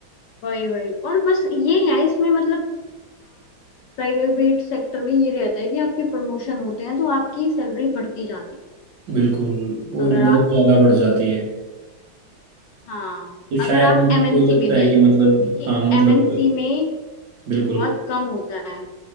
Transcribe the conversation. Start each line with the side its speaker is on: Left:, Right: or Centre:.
Left: वही वही और बस ये है इसमें मतलब प्राइवेट सेक्टर में ये रहता है कि आपके प्रमोशन होते हैं तो आपकी सैलरी बढ़ती जाती है
Right: बिल्कुल
Left: अगर
Right: और बहुत
Left: आप
Right: ज़्यादा बढ़ जाती है
Left: हाँ
Right: तो
Left: अगर
Right: शायद
Left: आप
Right: मुझको
Left: एमएनसी
Right: लगता
Left: में नहीं
Right: है कि
Left: हो
Right: मतलब
Left: क्योंकि
Right: हाँ मतलब
Left: एमएनसी में
Right: बिल्कुल
Left: बहुत कम होता है